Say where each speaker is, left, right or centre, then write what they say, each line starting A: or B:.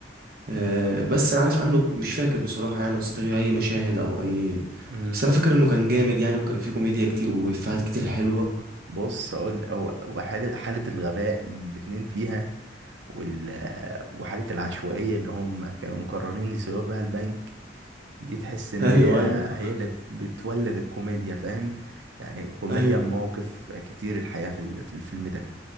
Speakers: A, on the right (about 50°); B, on the right (about 75°).
A: آه بس انا عارف عنه مش فاكر بصراحه يعني اصدقائي اي مشاهد او اي
B: امم
A: بس انا فاكر انه كان جامد يعني وكان فيه كوميديا كتير وافيهات كتير حلوه
B: بص اقول هو وحاله حاله الغباء اللي الاتنين فيها وال... وحاله العشوائيه اللي هم كانوا مقررين يسرقوا بها البنك دي تحس ان
A: <laughs> ايوه
B: هي
A: ايوه
B: هي اللي بت- بتولد الكوميديا فاهم يعني كوميديا
A: ايوه
B: المواقف كتير الحياة في ال- في الفيلم ده